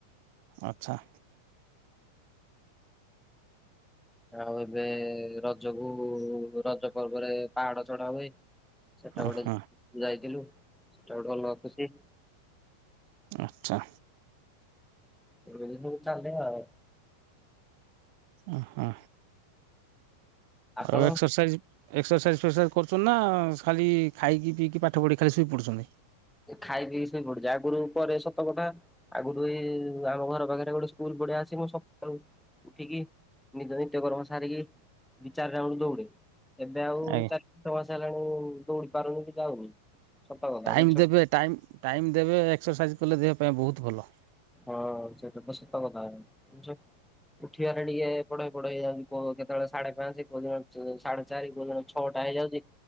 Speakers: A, on the right (about 45°); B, in the centre.
A: ଆଚ୍ଛା।
B: ଆଉ ଏବେ ରଜକୁ ରଜ ପର୍ବରେ ପାହାଡ ଚଢା ହୁଏ। ସେଟା
A: ହଁ
B: ଗୋଟେ
A: ହଁ
B: ଯାଇଥିଲୁ ସେଟା ଗୋଟେ ଭଲ ଖୁସି।
A: ଆଛା।
B: <unintelligible>
A: ଓହୋ।
B: ଆପଣ
A: ଆଉ ଏକ୍ସରସାଇଜ୍। ଏକ୍ସରସାଇଜ୍ ଫେକ୍ସରସାଇଜ୍ କରୁଛନ୍ତି ନା ଖାଲି ଖାଇକିପିଇକି ପାଠ ପଢ଼ି ଖାଲି ଶୋଇ ପଡୁଛନ୍ତି।
B: ଖାଇ ପିଇି ସୋଇପଡୁ ଜାକରୁ ପରେ ସତକଥା ଆଗରୁ ଏଇ ଆମ ଘର ପାଖରେ ଗୋଟେ ସ୍କୁଲ ପଡିଆ ଅଛି ମୁଁ ସକାଳୁ ଉଠିକି ନିଜ ନିତ୍ୟ କର୍ମ ସାରିକି ଚାରି ରାଉଣ୍ଡ ଦୌଡେ। ଏବେ ଆଉ
A: ଆଜ୍ଞା।
B: ଚାରି ପାଞ୍ଚ ମାସ ହେଲାଣି ଦୌଡି ପାରୁନି କି ଯାଉନି ସତ କଥା
A: ଟାଇମ୍
B: ମିଛ
A: ଦେବେ ଟାଇମ୍ ଟାଇମ୍ ଦେବେ ଏକ୍ସରସାଇଜ କଲେ ଦେହ ପାଇଁ ବହୁତ ଭଲ।
B: ହଁ ସେଟା ତ ସତ କଥା <unintelligible> କିନ୍ତୁ ସେ ଉଠିବାରେ ଟିକେ ଏପଟ ସେପଟ ହେଇଯାଉ କୋ କେତେବେଳେ ସାଢେ ପାଞ୍ଚ କୋଉ ଦିନ <unintelligible> ସାଢେ ଚାରି କୋଉ ଦିନ ଛଟା ହେଇଯାଉଚି।